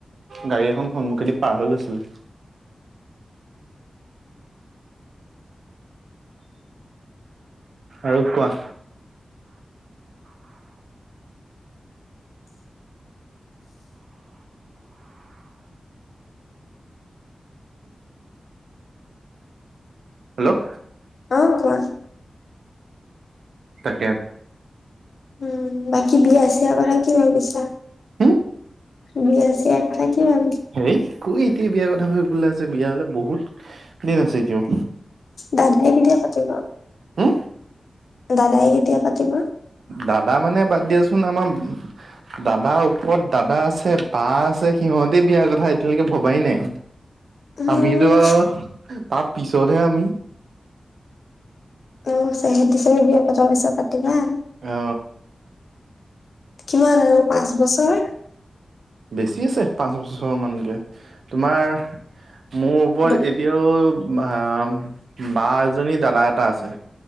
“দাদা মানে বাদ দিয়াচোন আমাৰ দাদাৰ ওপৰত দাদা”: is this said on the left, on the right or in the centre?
Right